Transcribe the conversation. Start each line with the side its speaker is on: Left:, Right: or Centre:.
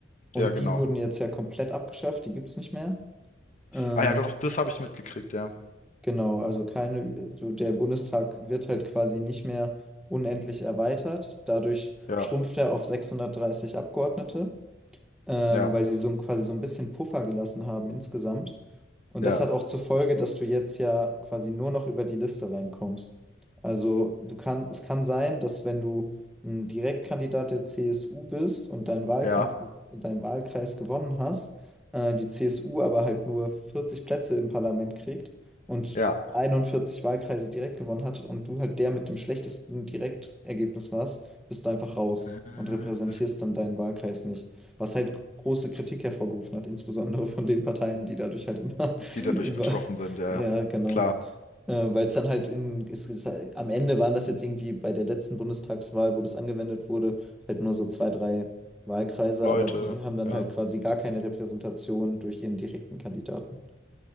Centre: Und
Left: ja, genau.
Centre: die wurden jetzt ja komplett abgeschafft, die gibt es nicht mehr. Ähm,
Left: Ah ja, doch, das habe ich mitgekriegt, ja.
Centre: genau, also keine, so der Bundestag wird halt quasi nicht mehr unendlich erweitert. Dadurch
Left: Ja,
Centre: schrumpft er auf 630 Abgeordnete ähm,
Left: ja,
Centre: weil sie so ein, quasi so ein bisschen Puffer gelassen haben insgesamt. Und
Left: ja,
Centre: das hat auch zur Folge, dass du jetzt ja quasi nur noch über die Liste reinkommst. Also du kann, es kann sein, dass wenn du ein Direktkandidat der CSU bist und deinen Wahlkampf,
Left: ja,
Centre: deinen Wahlkreis gewonnen hast, äh, die CSU aber halt nur 40 Plätze im Parlament kriegt und
Left: ja.
Centre: 41 Wahlkreise direkt gewonnen hat und du halt der mit dem schlechtesten Direktergebnis warst, bist du einfach raus
Left: Ah.
Centre: und repräsentierst dann deinen Wahlkreis nicht was halt große Kritik hervorgerufen hat, insbesondere von den Parteien, die dadurch halt immer
Left: Die
Centre: <laughs> über,
Left: dadurch betroffen sind, ja.
Centre: ja,
Left: ja.
Centre: genau.
Left: Klar,
Centre: Äh, weil es dann halt in, es ist, halt- am Ende waren das jetzt irgendwie bei der letzten Bundestagswahl, wo das angewendet wurde, halt nur so zwei, drei Wahlkreise,
Left: Leute,
Centre: aber die haben dann
Left: ja.
Centre: halt quasi gar keine Repräsentation durch ihren direkten Kandidaten.